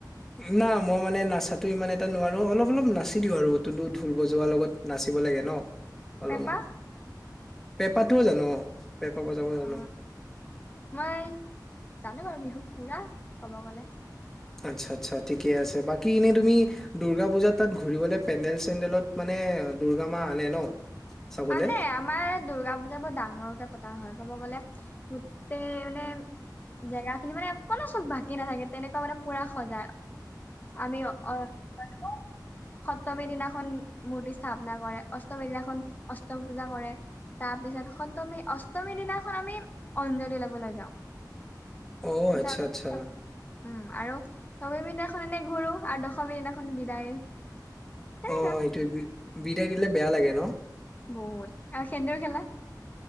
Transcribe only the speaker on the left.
পেঁপা
অ মই জানোঁ বাৰু বিহু পুৰা ক'ব গলে।
আনে আমাৰ দুৰ্গা পূজা বৰ ডাঙৰকে পতা হয় ক'ব গ'লে গোটেই মানে- জেগা খিনি মানে অকনো চ'ব বাকী নাথাকে তেনেকুৱা মানে পুৰা সজাই। আমি অ' অ'- সপ্তমীৰ দিনাখন মূৰ্তি স্থাপনা কৰে। অষ্টমীৰ দিনাখন অষ্টমী পূজা কৰে। তাৰ পিছত সপ্তমী অষ্টমীৰ দিনাখন আমি অঞ্জলি লবলৈ যাওঁ।
পিচত
উম' আৰু নৱমী দিনাখন এনেই ঘূৰো আৰু দশমী দিনাখন বিদায়। তেনেকা
বহুত আৰু সেন্দুৰ খেলাত।